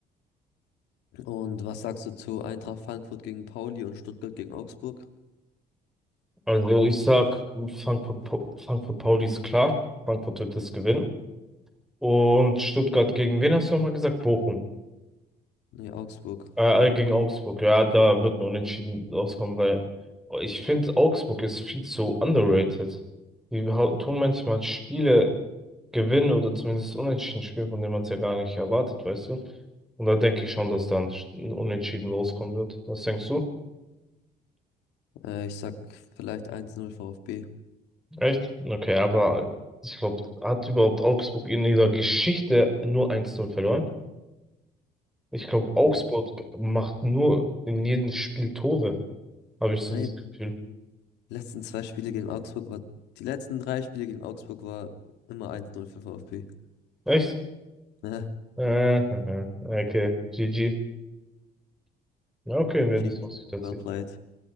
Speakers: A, on the left; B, in the centre.
A: Und was sagst du zu Eintracht Frankfurt gegen Pauli und Stuttgart gegen Augsburg?
B: Also ich sag, Frankfurt, Pa- Frankfurt Pauli ist klar. Frankfurt wird das gewinnen. Und Stuttgart gegen wen hast du nochmal gesagt? Bochum.
A: Nee, Augsburg.
B: Äh, äh, gegen Augsburg. Ja, da wird ein Unentschieden rauskommen, weil ich finde, Augsburg ist viel zu underrated. Die hau- tun manchmal Spiele gewinnen oder zumindest Unentschieden spielen, von denen man es ja gar nicht erwartet, weißt du? Und da denke ich schon, dass dann ein Unentschieden rauskommen wird. Was denkst du?
A: Äh, ich sag vielleicht eins null VfB.
B: Echt? Okay, aber ich glaube, hat überhaupt Augsburg in ihrer Geschichte nur eins 0 verloren? Ich glaube, Augsburg
A: Ja.
B: macht nur in jedem Spiel Tore, habe ich so
A: Nein,
B: das Gefühl.
A: die letzten zwei Spiele gegen Augsburg war, die letzten drei Spiele gegen Augsburg war immer eins null für VfB. <laughs>
B: Echt?
A: Ne?
B: Äh, aha, okay, GG. Ja, okay, ne,
A: GG,
B: das war's tatsächlich.
A: well played.